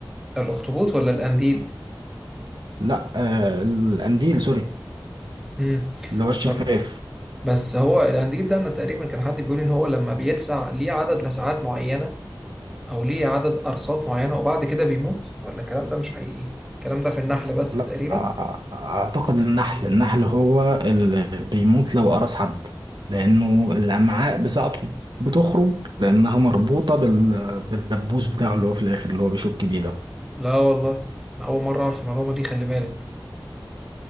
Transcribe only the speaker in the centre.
الاخطبوط ولا القنديل
امم
طب بس هو القنديل ده انا تقريبا كان حد بيقول ان هو لما بيلسع ليه عدد لسعات معينة او ليه عدد قرصات معينة وبعد كده بيموت ولا الكلام ده مش حقيقي الكلام ده في النحل بس
تقريبا
لا والله انا اول مرة اعرف المعلومة دي خلي بالك